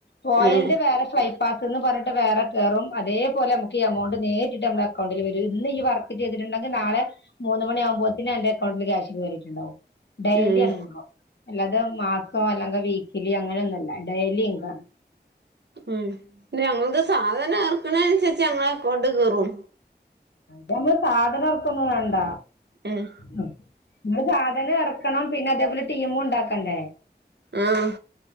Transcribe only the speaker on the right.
ഉം
ഉം
ഉം ഞങ്ങക്ക് സാധനം ർക്കണ അനുസരിച്ച് ഞങ്ങളെ അക്കോണ്ട് ക കേറും
ഉം
ആഹ്